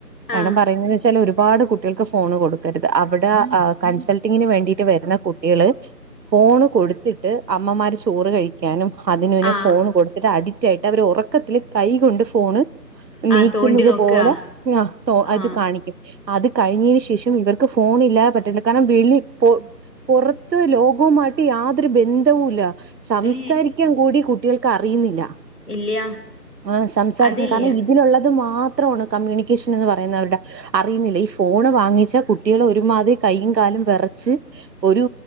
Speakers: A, on the left; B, on the right.
A: ആ
B: മാഡം പറയുന്നെന്ന് വെച്ചാല് ഒരുപാട് കുട്ടികൾക്ക് ഫോണ് കൊട്ക്കരുത് അവ് ടെ കൺസൾട്ടിങ്ങ്ന് വേണ്ടീട്ട് വരുന്ന കുട്ട്യാള് ഫോണ് കൊട്ത്തിട്ട് അമ്മമാര് ചോറ് കഴിക്കാനും അതിനുന്
A: ആ
B: ഫോണ് കൊടുത്തിട്ട് അഡിക്റ്റായിട്ട് അവര് ഒറക്കത്തില് കൈകൊണ്ട് ഫോണ്
A: ആ
B: നീക്ക്ന്നത്
A: തോണ്ടി നോക്കുക
B: പോലെ ആഹ്
A: ആ
B: അത് കാണിക്കും അത് കഴിഞ്ഞീന് ശേഷം ഇവർക്ക് ഫോണ് ഇല്ലാതെ പറ്റതില്ല കാരണം വെളി പൊ പൊറത്ത് ലോകവുമായിട്ട് യാതൊരു ബന്ധവുമില്ല സംസാരിക്കാൻ
A: ഏ
B: കൂടി കുട്ടികൾക്ക് അറിയ്ന്നില്ല
A: ഇല്ല
B: ആഹ് സംസാരിക്കും
A: അതില്ല
B: കാരണം ഇതിലുള്ളത് മാ ത്രാണ് കമ്യൂണിക്കേഷൻ എന്ന് പറയുന്ന അവർടെ അറിയ്ന്നില്ല ഫോണ് വാങ്ങിച്ച കുട്ടീള് ഒ ഒരുമാതിരി കയ്യും കാലും വെറച്ച് ഒര്